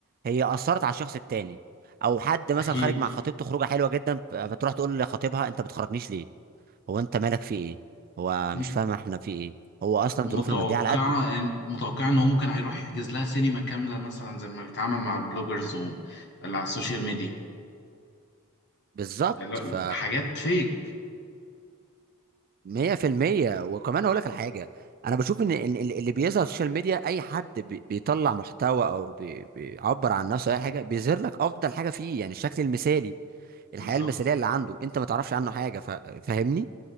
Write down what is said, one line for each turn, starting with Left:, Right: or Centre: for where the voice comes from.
Right: هي اثرت على الشخص التاني او حد مثلا
Left: اكيد
Right: خارج مع خطيبته خروجه حلوه جدا ف- فتروح تقول لخطيبها انت بتخرجنيش ليه هو انت مالك في ايه هو
Left: م-
Right: مش فاهم احنا في ايه هو اصلا
Left: متوقعه
Right: ظروفه الماديه على قده
Left: ان متوقعه ان هو ممكن هيروح يحجز لها سينما كامله مثلا زي ما بيتعامل مع البلوجرز و... اللي على السوشيال ميديا
Right: بالظبط
Left: لا لا،
Right: ف
Left: حاجات فيك
Right: مية في المية وكمان أقول لك الحاجة أنا بشوف إن إن ال- اللي بيظهر على السوشيال ميديا أي حد بي- بيطلع محتوى أو بي- بيعبر عن نفسه أي حاجة بيظهر لك أفضل حاجة فيه يعني الشكل المثالي الحياة
Left: بالظبط
Right: المثالية اللي عنده أنت ما تعرفش عنه حاجة ف- فاهمني